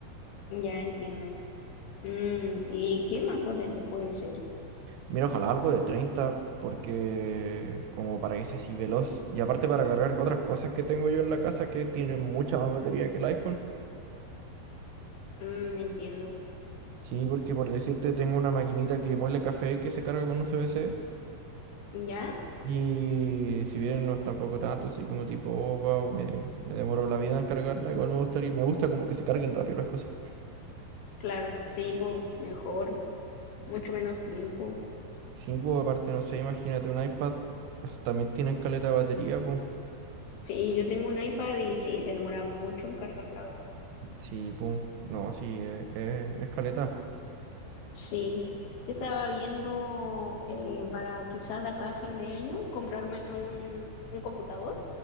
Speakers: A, on the left; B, on the right.
A: Ya entiendo. Mm, ¿y qué más potente puede ser?
B: Mira, ojalá algo de 30 porque como para que sea así veloz y aparte para cargar otras cosas que tengo yo en la casa que tienen mucha más batería que el iPhone.
A: Mm, entiendo.
B: Sí, porque por decirte, tengo una maquinita que muele café que se carga con USB-C.
A: ¿Ya?
B: Y si bien no es tampoco tanto, así como tipo, oh, wow, me, me demoro la vida en cargarla, igual me gustaría, me gusta como que se carguen rápido las cosas.
A: Claro, sí, po, mejor, mucho menos tiempo.
B: Sí, pues aparte, no sé, imagínate un iPad, esos también tienen caleta de batería, pues.
A: Sí, yo tengo un iPad y sí, se demora mucho en cargar, la verdad.
B: Sí, pues, no, sí, eh, eh, es caleta.
A: Sí, yo estaba viendo eh, para quizás de acá a fin de año comprarme un, un computador